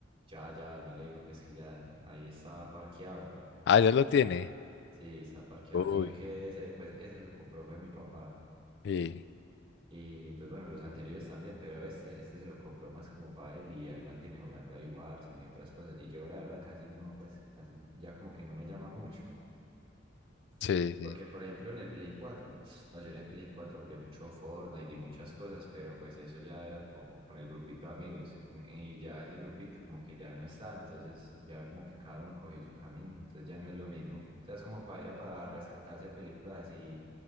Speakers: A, on the right (about 30°); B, on the left (about 60°).
A: ya, ya, no le digo, pues, que ya, ahí está parqueado.
B: Ah, ya lo tiene.
A: Sí, está parqueado,
B: Uy.
A: sino que ese, pues, ese lo compró fue mi papá.
B: Sí,
A: Y pues bueno, los anteriores también, pero este, este se lo compró más como para él y él mantiene jugando ahí Warzone y otras cosas. Y yo la verdad casi no, pues casi ya como que no me llama mucho.
B: sí, sí.
A: Porque por ejemplo en el Play 4 no, yo en el Play 4 jugué mucho Fortnite y muchas cosas, pero pues eso ya era como con el grupito de amigos. en- Y ya ese grupito como que ya no está, entonces ya como que cada uno cogió su camino, entonces ya no es lo mismo. O sea, es como para ir a para rescatarse películas así